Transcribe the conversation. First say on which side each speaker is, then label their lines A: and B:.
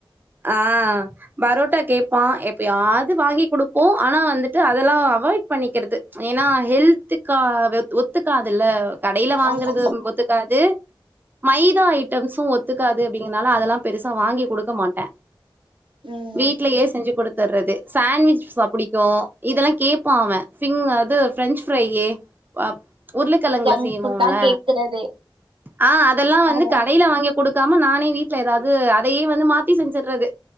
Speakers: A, on the right (about 25°); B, on the right (about 80°).
A: ஆ அ பரோட்டா கேப்பா எப்பையாது வாங்கி குடுப்போ ஆனா வந்துட்டு அதெல்லா அவாய்ட் பண்ணிக்கிறது ஏன்னா ஹெல்த்துக்கா வ ஒத்துக்காதுல்ல கடையில வாங்குறது
B: ஆமா
A: ஒத்துக் க்காது மைதா ஐட்டம்ஸும் ஒத்துக்காது அப்டிங்கனால அதெல்லா பெருசா வாங்கி குடுக்க மாட்டே
B: ம்
A: வீட்லயே செஞ்சு குடுத்துர்றது சாண்ட்விச் ச புடிக்கு இதெல்லா கேப்பா அவெ பிங் அது ப்ரெஞ்ச் ஃப்ரையி ப உருளக்கெழங்குள
B: ஜங்க்
A: செய்வோல்ல
B: ஃபுட் தா கேக்குறது
A: ஆ அதெல்லா வந்து
B: அத
A: கடையில வாங்கிக் குடுக்காம நானே வீட்டுல எதாவது அதையே வந்து மாத்தி செஞ்சுர்றது